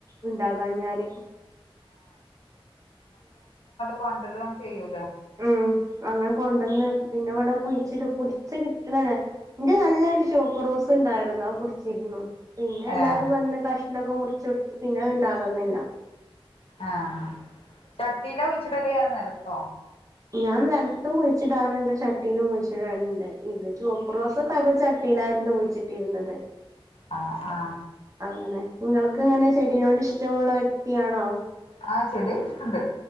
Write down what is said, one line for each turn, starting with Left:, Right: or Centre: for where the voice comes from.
Right: ഉണ്ടാകാ ഞാല്
Left: പണ്ടരളം ചെയ്യൂ
Right: ഉം അങ്ങനെ കൊണ്ടന്ന് പിന്നെ ഇവിടെ കുഴിച്ചിട് പുട് ച്ച് കിട്ടണ <unintelligible> ഇന്റെ നല്ലൊരു ചോപ്പ്റോസ് ഇണ്ടായിരുന്നു അഅ് പുടിച്ചിരുന്നു പിന്നെ എല്ലാരും
Left: ഏഹ്
Right: വന്ന് കഷ്ണൊക്കെ മുറിച്ചൊട് പിന്നെ അത് ഇണ്ടാകന്നില്ല
Left: ആഹ് ചട്ടീലാ കുഴിച്ച്ടല് അതോ നെലത്തോ
Right: ഞാൻ നെലത്തും കുഴിച്ചിടാറുണ്ട് ചട്ടിയിലും കുഴിച്ചിടാറുണ്ട് ഇത് ചുവപ്പ് റോസക്കായപ്പൊ ചട്ടിയിലായിരുന്നു കുഴിച്ചിട്ടിരുന്നത്
Left: ആ ആ
Right: അങ്ങനെ നിങ്ങൾക്ക് ഇങ്ങനെ ചെടിനോട് ഇഷ്ടമുള്ള വ്യക്തിയാണോ
Left: ആ ചെടി ഉണ്ട്